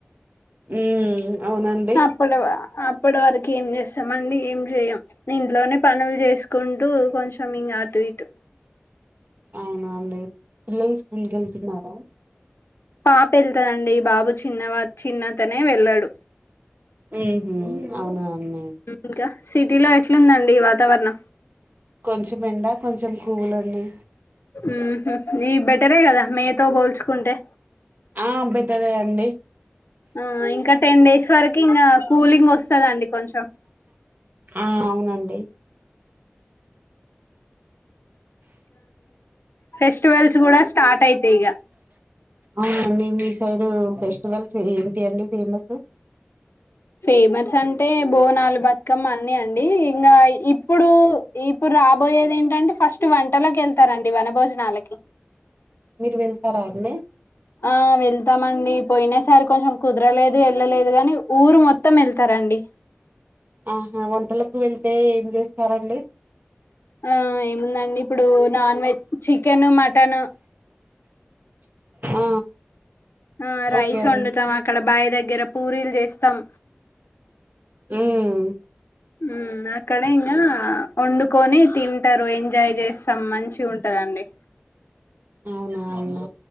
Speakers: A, on the right; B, on the left.
A: ఉమ్ అవునండి
B: అప్పుడు అప్పటి వరకు ఏం చేస్తాం మండి ఏం చేయం ఇంట్లోనే పనులు చేసుకుంటూ కొంచెం ఇంగా అటు ఇటు
A: అవునండి పిల్లలు స్కూల్ కి వెళ్తున్నారా
B: పాప ఎళ్తదండి బాబు చిన్నవ చిన్నతనే వెళ్ళాడు
A: ఉహు అవునా అన్ని
B: ఇంకా సిటీలో ఎట్లుందండి వాతావరణం
A: కొంచెం ఎండ కొంచెం కూల్ అండి
B: ఉమ్ హు ఈ బెటరే గదా మే తో బోల్చుకుంటే
A: ఆ బెటరే అండి
B: ఆ ఇంకా టెన్ డేస్ వరకి ఇంగా కూలింగ్ ఒస్సదండి కొంచెం
A: ఆ అవునండి.
B: ఫెస్టివల్స్ గూడా స్టార్ట్ అయితై ఇగా
A: అవునండి మీ సైడూ ఫెస్టివల్స్ ఏంటి అండి ఫేమసు
B: ఫేమస్ అంటే బోనాలు బత్కమ అన్ని అండి ఇంగా ఇప్పుడు ఇప్పుడు రాబోయేది ఏంటంటే ఫస్ట్ వంటకెళ్తారండి వన భోజనాలకి
A: మీరు వెళ్తారా అండి
B: ఆ వెళ్తామండి పోయ్నసారి కొంచెం కుద్ర లేదు ఎళ్ళలేదు గాని ఊరు మొత్తం ఎళ్తారండి
A: ఆహా వోంటలకు వెళ్తే ఎన్ జెస్తారండి
B: ఆ ఏముందండి ఇప్పుడూ నాన్వెజ్ చికెను మటను
A: ఆ
B: ఆ రైస్
A: ఓకే అండి
B: ఒండుతం అక్కడ బాయ్ దెగ్గర పూరీల్ జేస్తాం
A: ఉమ్
B: ఉమ్ అక్కడ ఇంగా ఒండుకొని తింటరు ఎంజాయ్ జెస్ త మంచిగుంటది అన్ని
A: అవునవును